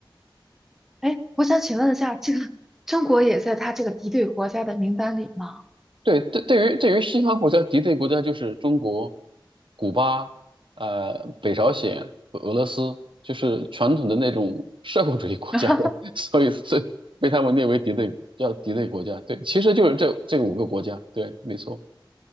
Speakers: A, in the centre; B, on the right.
A: 哎，我想请问一下，这个中国也在它这个敌对国家的名单里吗？
B: 对，对，对于对于西方国家敌对国家就是中国、古巴、呃北朝鲜和俄罗斯，就是传统的那种社会主义国家的，
A: <laughs>
B: <laughs> 所以所以被他们列为敌对，叫敌对国家。对，其实就是这这五个国家。对，没错，